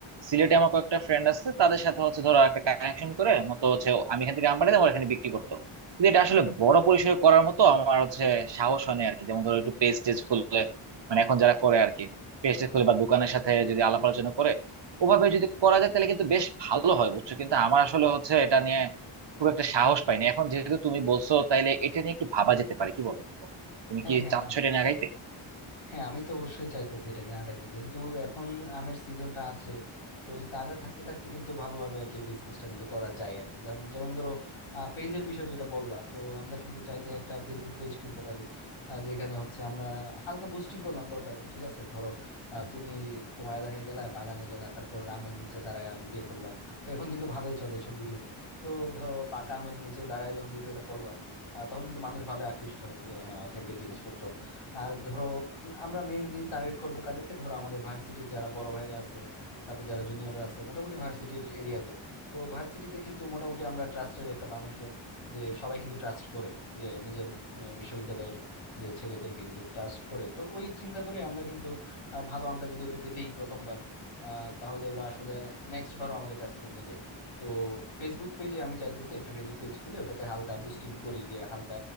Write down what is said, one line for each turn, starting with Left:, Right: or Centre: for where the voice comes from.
Right: সিলেটে আমার কয়েকটা ফ্রেন্ড আছে তাদের সাথে হচ্ছে ধরো একটা কানেকশন করে মতো হচ্ছে আমি এখান থেকে আম পাঠাতাম ওরা এখানে বিক্রি করতো কিন্তু এটা আসলে বড় পরিসরে করার মতো আমার হচ্ছে সাহস হয় না আর কি যেমন ধরো একটু পেজ টেজ খুললে মানে এখন যারা করে আর কি পেজ টেজ খুলে বা দোকানের সাথে যদি আলাপ আলোচনা করে ওভাবে যদি করা যায় তাহলে কিন্তু বেশ ভালো হয় বুঝছো কিন্তু আমার আসলে হচ্ছে এটা নিয়ে খুব একটা সাহস পাইনি এখন যেহেতু তুমি বলছো তাইলে এটা নিয়ে একটু ভাবা যেতে পারে কি বলবো তুমি
Left: হ্যাঁ
Right: কি
Left: হ্যাঁ
Right: চাচ্ছ এটা নিয়ে আগাইতে
Left: হ্যাঁ আমি তো অবশ্যই চাইতেছি এটা নিয়ে আগাইতে যেহেতু এখন আমের সিজনটা আছে তো ওই তাজা থাকতে থাকতে কিন্তু ভালোভাবে আর কি এই বিজনেসটা কিন্তু করা যায় আর কি যেমন যেমন ধরো পেজের বিষয় যেটা বললা তো আমরা কিন্তু চাইলে একটা ফেসবুক পেজ খুলতে পারি আহ, যেখানে হচ্ছে আমরা হালকা বুস্টিং করলাম দরকারে ঠিক আছে ধরো আহ, তুমি তোমার এলাকায় গেলা বাগানে গেলা তারপর আমের নিচে দাঁড়ায় ভিডিও করলা তো এখন কিন্তু ভালোই চলে এসব ভিডিও তো ধরো পাকা আমের নিচে দাঁড়ায় যখন ভিডিওটা করবা আহ, তখন কিন্তু মানুষ ভালো আকৃষ্ট হবে যে হ্যাঁ অথেন্টিক জিনিসপত্র আর ধরো উম, আমরা মেইনলি টার্গেট করব কাদেরকে ধরো আমাদের ভার্সিটির যারা বড় ভাইরা আছে তারপর যারা জুনিয়ররা আছে মোটামুটি ভার্সিটির এরিয়াকে তো ভার্সিটিতে কিন্তু মোটামুটি আমরা ট্রাস্টের একটা মানুষজন যে সবাই কিন্তু ট্রাস্ট করে যে নিজের আহ, বিশ্ববিদ্যালয়ের যে ছেলেদেরকে কিন্তু ট্রাস্ট করে তো ওই চিন্তা করে আমরা কিন্তু আহ, ভালো আমটা যদি ওদেরকে দেই প্রথমবার আহ, তাহলে ওরা আসলে নেক্সট বারও আমাদের কাছ থেকে নিবে তো ফেসবুক পেজে আমি চাইতেছি একটা ফেসবুক পেজ খুলে ওটাতে হালকা বুস্টিং করি যে হালকা